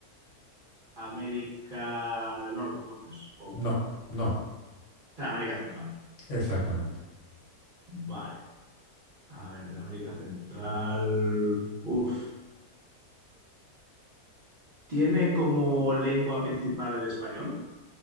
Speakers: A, on the right; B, on the left.
A: América del Norte, entonces, o, o
B: No. No.
A: sea, América Central.
B: Exactamente.
A: Vale, a ver, de América Central. Uf, ¿tiene como lengua principal el español?